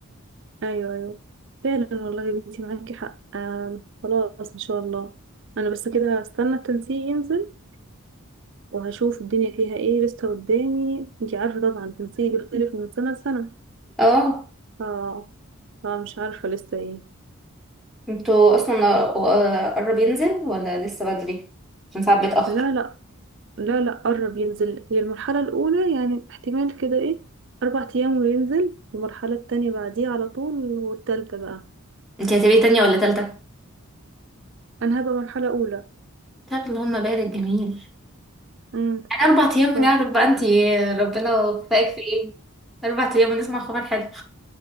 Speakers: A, on the right; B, in the centre.
A: أيوه أيوه فعلا والله يا بنتي معاكي حق آم، خلاص إن شاء الله أنا بس كده هستنى التنسيق ينزل وهشوف الدنيا فيها ايه لسه قدامي انتي عارفة طبعا تنسيق بيختلف من سنة لسنة
B: اه
A: ف... فمش عارفة لسه ايه
B: انتوا اصلا آه، قرب ينزل ولا لسه بدري عشان ساعات بيتأخر
A: لا لا لا لا قرب ينزل هي المرحلة الأولى يعني احتمال كده ايه أربع أيام وينزل والمرحلة التانية بعديها على طول والتالتة بقى
B: انتي هتبقي تانية ولا تالتة
A: أنا هبقى مرحلة أولى
B: طب اللهم بارك جميل
A: امم
B: انا اربع ايام
A: ف
B: ونعرف
A: <laughs>
B: بقى انتي ربنا وفقك في ايه اربع ايام ونسمع خبر حلو